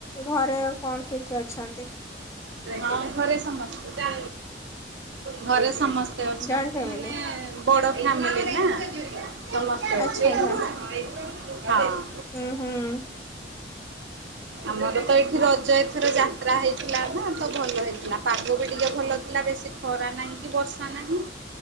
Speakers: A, on the left (about 15°); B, on the right (about 80°).
A: ଘରେ ଆଉ କଣ କିଏ କିଏ ଅଛନ୍ତି?
B: ହଁ ଘରେ ସମସ୍ତେ ଘରେ ସମସ୍। ତ ଅଛନ୍ତି
A: ଜଏଣ୍ଟ ଫ୍ୟାମିଲି
B: ମାନେ ବଡ ଫାମିଲି ନା। ସମସ୍ତେ
A: ଆଚ୍ଛା
B: ଅଛନ୍ତି
A: ଆଚ୍ଛା
B: ହଁ।
A: ହୁଁ ହୁଁ।
B: ଆମର ତ ଏଠି ରଜ ଏଥର ଯାହା। ଯାତ୍ରା ହେଇଥିଲା ନା ତ ଭଲ ହେଇଥିଲା ପାଗ ବି ଟିକେ ଭଲ ଥିଲା ବେଶୀ ଖରା ନାହିଁ କି ବର୍ଷା ନାହିଁ।